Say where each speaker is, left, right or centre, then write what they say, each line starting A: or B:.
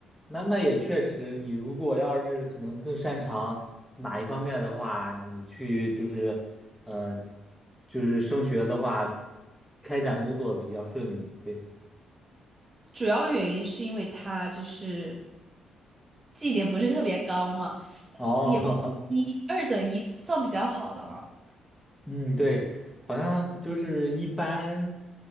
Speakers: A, in the centre; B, on the right.
A: 那那也确实，你如果要是可能更擅长哪一方面的话，你去就是，呃，就是升学的话，开展工作比较顺利。对，
B: 主要原因是因为他就是绩点不是特别高嘛，
A: 哦，
B: 也不一二等一算比较好的了。
A: <laughs> 嗯，对，好像就是一般，